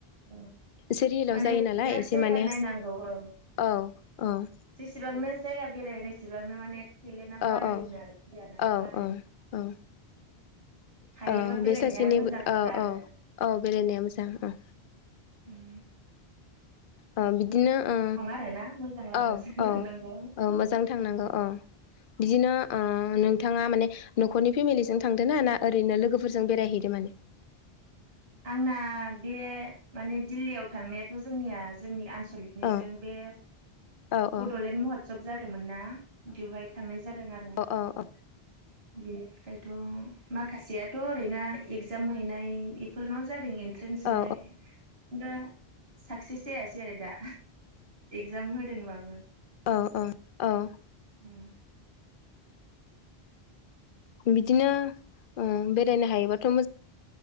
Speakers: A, on the right; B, on the left.
A: औ
B: एसे रियेलाव
A: माने
B: जायो नालाय
A: बिराद
B: एसे
A: जायगा
B: माने
A: नायनांगौ औ
B: औ औ ओं
A: जेसेबांनो जायगा बेरायगोन एसेबांनो माने टेलेन्टआ
B: औ
A: बारायोनो
B: औ
A: आरो गियाना
B: औ
A: बारायो।
B: औ औ
A: हायोबा
B: औ
A: बेरायनाया
B: बे सासेनि
A: मोजां हुदा
B: औ
A: आरो
B: औ औ बेरायनाया मोजां औ
A: उम
B: अ बिदिनो अ
A: आरोना मोजां लामाजों
B: औ औ
A: थांनांगौ
B: मोजां थांनांगौ औ बिदिनो अ नोंथाङा माने न'खरनि फेमिलिजों थांदों ना ना ओरैनो लोगोफोरजों बेरायहैदो मोन?
A: आंना बे माने दिल्लीयाव थांनायाथ' जोंनिया जोंनि आनस लिकनिजों
B: औ
A: बे
B: औ
A: बड'लेण्ड
B: औ
A: महत्सब जादोंमोन ना बेवहाय थांनाय जादों आरो
B: औ औ
A: बेनिफ्रायथ' माखासेया थ' ओरैनो एगजाम हैनाय फोरनाव जादों एन्ट्रेन्स हैनाय
B: औ
A: दा साक्सेस जायासै आरो दा एगजाम होदोंबाबो
B: औ औ औ
A: उम
B: बिदिनो ओ बेरायनो हायोबाथ' मोजां